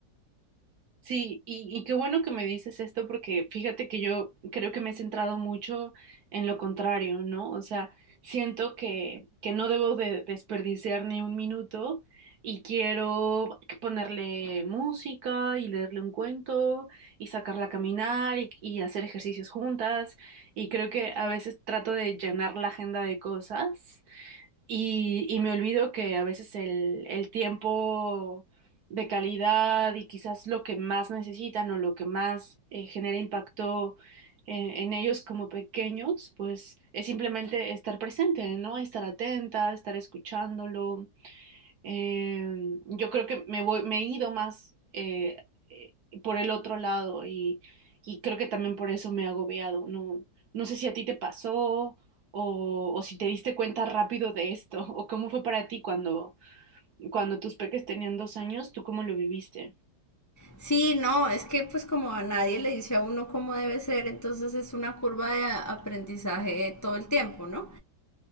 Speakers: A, on the right; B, on the left.
A: Sí, y, y qué bueno que me dices esto porque fíjate que yo creo que me he centrado mucho en lo contrario, ¿no? O sea, siento que, que no debo de desperdiciar ni un minuto y quiero ponerle música y leerle un cuento y sacarla a caminar y, y hacer ejercicios juntas y creo que a veces trato de llenar la agenda de cosas y, y me olvido que a veces el, el tiempo de calidad y quizás lo que más necesitan o lo que más eh, genera impacto eh, en ellos como pequeños, pues es simplemente estar presente, ¿no? Estar atenta, estar escuchándolo. Eh, yo creo que me voy, me he ido más eh, eh, por el otro lado y, y creo que también por eso me he agobiado. No, no sé si a ti te pasó o, o si te diste cuenta rápido de esto o cómo fue para ti cuando, cuando tus peques tenían dos años, ¿tú cómo lo viviste?
B: Sí, no, es que pues como a nadie le dice a uno cómo debe ser, entonces es una curva de a- aprendizaje todo el tiempo, ¿no?